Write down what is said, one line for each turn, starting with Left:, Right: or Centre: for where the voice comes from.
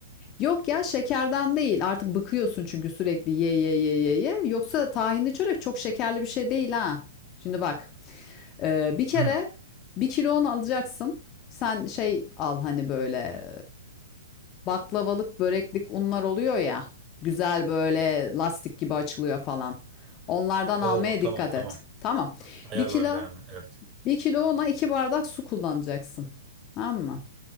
Left: Yok ya şekerden değil. Artık bıkıyorsun çünkü sürekli ye ye ye ye ye. Yoksa tahinli çörek çok şekerli bir şey değil ha. Şimdi bak. Ee, bir kere
Right: Hmm.
Left: bir kilo un alacaksın. Sen şey al hani böyle e, baklavalık, böreklik unlar oluyor ya. Güzel böyle lastik gibi açılıyor falan. Onlardan
Right: Oo
Left: almaya
Right: tamam
Left: dikkat
Right: tamam.
Left: et. Tamam.
Right: Ayarlarım
Left: Bir kilo,
Right: ben onu. Evet.
Left: bir kilo una iki bardak su kullanacaksın. Tamam mı?